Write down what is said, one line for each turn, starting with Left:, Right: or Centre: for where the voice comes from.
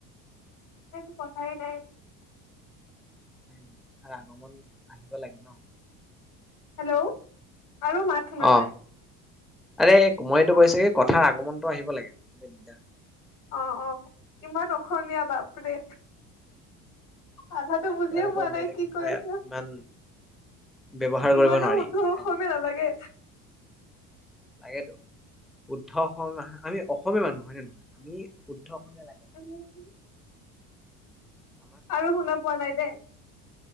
Left: একো কথাই নাই।
Centre: কথাই নাই কথাৰ আগমন আহিব লাগে ন
Left: হেল্ল' আৰু মাত শুনা
Centre: অ
Left: নাই।
Centre: আৰে মইতো
Left: অ
Centre: কৈছো কি কথাৰ আগমন। আকৌ আহিব লাগে বিদ্যা
Left: অ অ ইমান অসমীয়া বাপৰে। আধাটো বুজিয়ে
Centre: ইয়াত আকৌ
Left: পোৱা
Centre: বেলেগ
Left: নাই কি কৈ
Centre: ভাষা
Left: আছে
Centre: ইমান ব্যৱহাৰ কৰিব
Left: ইমানো
Centre: নোৱাৰি
Left: শুদ্ধ।
Centre: সেইকাৰণে
Left: অসমীয়া নালাগে
Centre: লাগেতো শুদ্ধ অসম আমি অসমীয়া মানুহ হয় নে নহয় আমি শুদ্ধ অসমীয়া।
Left: উম
Centre: লাগে
Left: আৰু শুনা পোৱা নাই দেই।